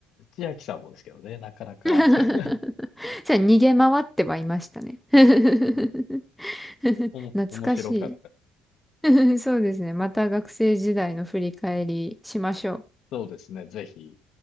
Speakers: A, on the left; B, in the centre.
A: 千秋さんもですけどね、なかなか
B: <laughs> じ
A: <laughs>
B: ゃあ逃げ回ってはいましたね。<laughs> <laughs>
A: おも、
B: 懐かし
A: 面白かったです。
B: い。<laughs> そうですね。また学生時代の振り返りしましょう。
A: そうですね、ぜひ。